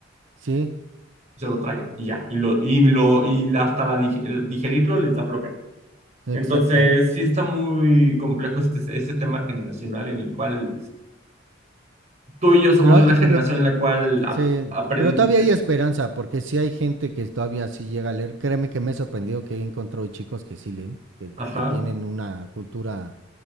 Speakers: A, on the right (about 75°); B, on the right (about 40°).
A: Sí,
B: se lo traguen y ya, y lo, y lo, y la- hasta la dig- el digerirlo les da flojera.
A: exacto.
B: Entonces, sí está muy complejo este, este tema generacional en el cual tú y yo somos
A: Pero,
B: de una generación
A: pero
B: en la cual
A: Sí,
B: aprende...
A: pero todavía hay esperanza, porque sí hay gente que todavía sí llega a leer. Créeme que me he sorprendido que he encontrado chicos que sí leen, que,
B: Ajá.
A: que tienen una cultura